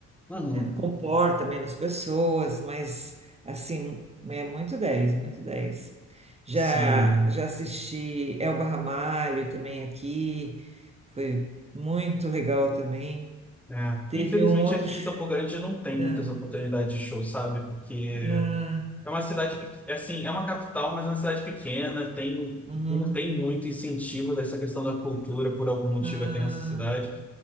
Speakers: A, in the centre; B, on the right (about 20°).
A: Uhum.
B: comporta menos pessoas, mas assim, é muito dez muito dez Já,
A: Sim.
B: já assisti Elba Ramalho também aqui, foi muito legal também.
A: É.
B: Teve
A: Infelizmente
B: um outro.
A: aqui
B: sh-
A: em Campo Grande não tem
B: Ah,
A: muitas oportunidades de show, sabe? Porque
B: ah,
A: é uma cidade, pe- é assim, é uma capital, mas é uma cidade pequena, tem,
B: uhum,
A: não tem muito incentivo dessa questão da cultura por algum motivo
B: ah,
A: aqui nessa cidade.